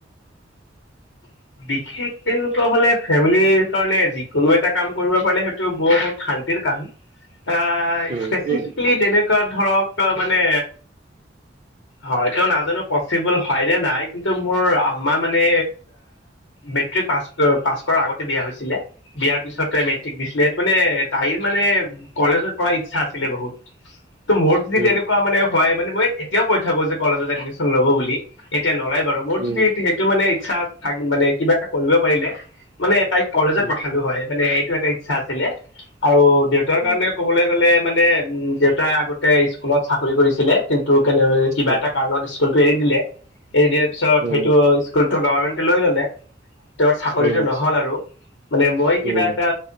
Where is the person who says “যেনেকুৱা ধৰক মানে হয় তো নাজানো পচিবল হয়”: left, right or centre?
Left